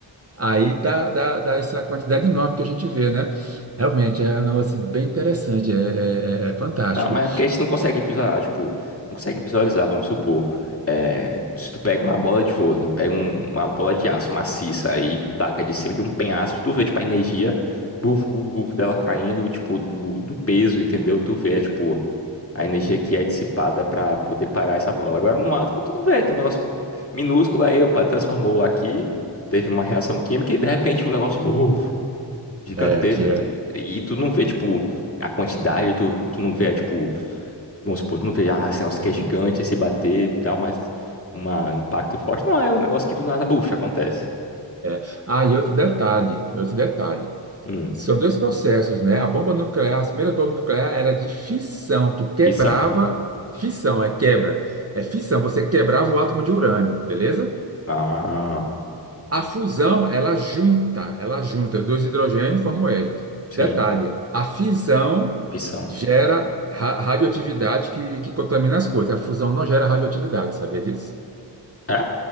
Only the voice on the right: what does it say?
Aí dá, dá, dá essa quantidade enorme que a gente vê, né? Realmente é um negócio assim, bem interessante, é, é- é- é fantástico.
É, vira,
é. Ah, e outro detalhe, outro detalhe.
São dois processos, né? A bomba nuclear, as primeiras bombas nucleares era de fissão. Tu quebrava,
fissão é quebra, é fissão. Você quebrava o átomo de urânio, beleza?
A fusão, ela junta, ela junta dois hidrogênios e forma o hélio.
Detalhe, a fisão
gera ra- radioatividade que, que contamina as coisas. A fusão não gera radioatividade, sabia disso?